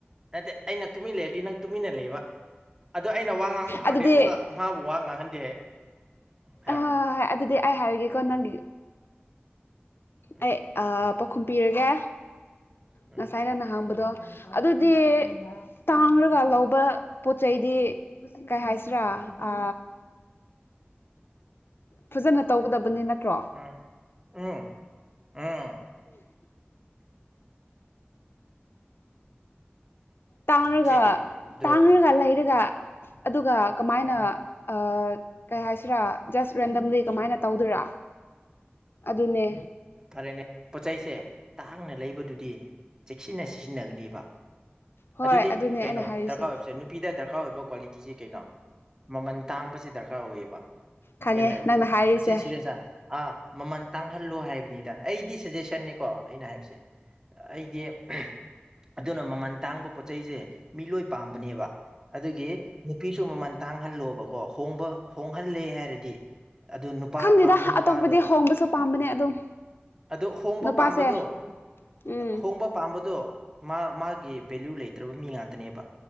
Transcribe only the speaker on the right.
ꯅꯠꯇꯦ ꯑꯩꯅ ꯇꯨꯃꯤꯟ ꯂꯩꯔꯗꯤ ꯅꯪ ꯇꯨꯃꯤꯟꯅ ꯂꯩꯕ ꯑꯗꯣ ꯑꯩꯅ ꯋꯥ ꯉꯥꯡꯕ ꯍꯧꯔꯗꯤ
ꯑꯃꯨꯛꯀ ꯃꯥꯥꯕꯨ ꯋꯥ ꯉꯥꯡꯍꯟꯗꯦ ꯍꯥꯏꯌꯦ ꯍꯥꯏꯔꯣ
ꯍꯥꯏꯔꯣ
ꯎꯝ
ꯎꯝ
ꯎꯝ ꯎꯝ ꯎꯝ
ꯄꯤꯖꯒꯦ ꯑꯗꯣ
ꯎꯝ
ꯐꯔꯦꯅꯦ ꯄꯣꯠꯆꯩꯁꯦ ꯇꯥꯡꯅ ꯂꯩꯕꯗꯨꯗꯤ ꯆꯦꯛꯁꯤꯟꯅ ꯁꯤꯖꯤꯟꯅꯒꯅꯤꯕ
ꯑꯗꯨꯗꯤ
ꯀꯩꯅꯣ
ꯗꯔꯀꯥꯔ ꯑꯣꯏꯕꯁꯦ ꯅꯨꯄꯤꯗ ꯗꯔꯀꯥꯔ ꯑꯣꯏꯕ ꯀ꯭ꯋꯥꯂꯤꯇꯤꯁꯦ ꯀꯩꯅꯣ ꯃꯃꯜ ꯇꯥꯡꯕꯁꯤ ꯗꯔꯀꯥꯔ ꯑꯣꯏꯌꯦꯕ
ꯒ꯭ꯌꯥꯟ ꯇꯥꯏꯀꯣ
ꯑꯁꯤ ꯁꯤꯒꯩ ꯁꯦ ꯑꯥ ꯃꯃꯜ ꯇꯥꯡꯍꯟ__ ꯈꯜꯂꯣ ꯍꯥꯏꯕꯅꯤꯗ ꯑꯩꯗꯤ ꯁꯖꯦꯁꯟꯅꯦꯀꯣ ꯑꯩꯅ ꯍꯥꯏꯕꯁꯦ ꯑꯩꯒꯤ <unintelligible> ꯑꯗꯨꯅ ꯃꯃꯜ ꯇꯥꯡꯕ ꯄꯣꯠ ꯆꯩꯩꯁꯦ ꯃꯤꯂꯣꯏ ꯄꯥꯝꯕꯅꯦꯕ ꯑꯗꯨꯒꯤ ꯅꯨꯄꯤꯁꯨ ꯃꯃꯜ ꯇꯥꯡ ꯍꯣꯡꯍꯜꯂꯣꯕꯀꯣ ꯍꯣꯡꯕ ꯍꯣꯡꯍꯜꯂꯦ ꯍꯥꯏꯔꯗꯤ ꯑꯗꯨ ꯅꯨꯄꯥ
ꯄꯥꯝꯕ ꯅꯨꯄꯥꯗꯣ
ꯑꯗꯨ ꯍꯣꯡꯕ
ꯄꯥꯝꯕꯗꯣ
ꯍꯣꯡꯕ ꯄꯥꯝꯕꯗꯣ ꯃꯥ ꯃꯥꯒꯤ ꯚꯦꯂꯌꯨ ꯂꯩꯇ꯭ꯔꯕ ꯃꯤ ꯉꯥꯛꯇꯅꯦꯕ